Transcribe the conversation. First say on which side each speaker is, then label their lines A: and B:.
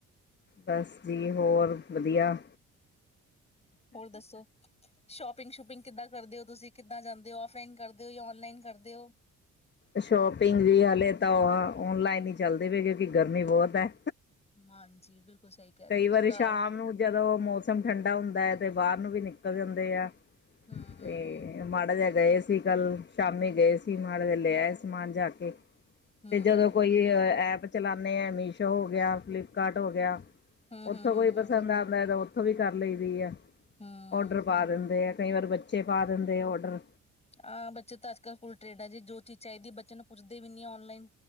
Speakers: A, on the left; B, on the left.
A: ਬਸ ਜੀ ਹੋਰ ਵਧੀਆ
B: ਹੋਰ ਦੱਸੋ ਸ਼ੋਪਿੰਗ ਸ਼ੂਪਿੰਗ ਕਿੱਦਾਂ ਕਰਦੇ ਹੋ ਤੁਸੀਂ ਕਿੱਦਾਂ ਜਾਂਦੇ ਹੋ ਫਲਾਈਨ ਕਰਦੇ ਹੋ ਜਾਂ ਔਨਲਾਈਨ ਕਰਦੇ ਹੋ
A: ਸ਼ੋਪਿੰਗ ਵੀ ਹਲੇ ਤਾਂ ਉਹ ਓਨਲਾਈਨ ਹੀ ਚੱਲਦੀ ਪਏ ਕਿਉਂਕਿ ਗਰਮੀ ਬਹੁਤ ਹੈ
B: ਹਾਂਜੀ ਬਿਲਕੁਲ ਸਹੀ ਕਹਿ ਰਹੇ
A: ਕਈ
B: ਹੋ
A: ਵਾਰੀ
B: ਦਾ
A: ਸ਼ਾਮ ਨੂੰ ਜਦੋਂ ਮੌਸਮ ਠੰਡਾ ਹੁੰਦਾ ਹੈ ਤੇ ਬਾਹਰ ਨੂੰ ਵੀ ਨਿਕਲ ੱਕ ਜਾਂਦੇ ਆ
B: ਹੂੰ, ਹੂੰ,
A: ਤੇ
B: ਹੂੰ,
A: ਮਾੜਾ ਜਗਾ ਸੀ ਕੱਲ ਸ਼ਾਮੀ ਗਏ ਸੀ ਮੜੇ ਲੈ ਆਏ ਸਮਾਨ ਜਾ ਕੇ
B: ਹੂੰ,
A: ਤੇ ਜਦੋਂ ਕੋਈ ਐਪ ਚਲਾਉਂਦੇ ਹਾਂ ਮੀਸ਼ੋ ਹੋ ਗਿਆ ਫਲਿੱਪਕਾਰਟ ਹੋ ਗਿਆ
B: ਹੂੰ, ਹੂੰ,
A: ਉੱਥੋਂ
B: ਹੂੰ,
A: ਕੋਈ
B: ਹੂੰ,
A: ਪਸੰਦ ਆਉਂਦਾ ਹੈ ਤਾਂ ਉੱਥੋਂ ਵੀ ਕਰ ਲਈਦੀ ਹੈ
B: ਹੂੰ।
A: ਔਡਰ ਪਾ ਦਿੰਦੇ ਆ ਕਈ ਵਾਰ ਬੱਚੇ ਪਾ ਦਿੰਦੇ ਆ ਔਡਰ
B: ਹਾਂ ਬੱਚੇ ਤਾਂ ਅੱਜ ਕੱਲ ਫੂਲ ਟ੍ਰੇਡ ਹੈ ਜੀ ਜੋ ਚੀਜ਼ ਚਾਹੀਦੀ ਬੱਚੇ ਨੂੰ ਪੁੱਛਦੇ ਵੀ ਨੀ ਔਨਲਾਈਨ